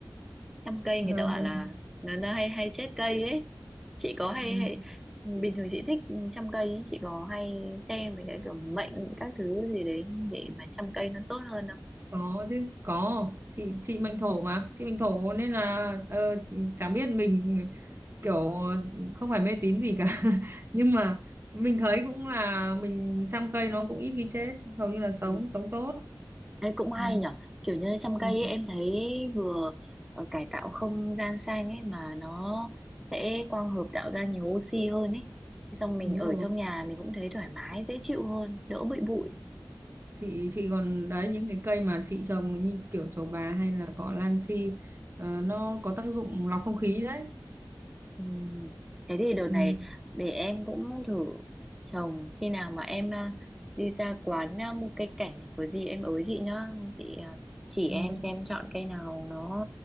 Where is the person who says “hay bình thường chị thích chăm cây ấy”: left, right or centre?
Centre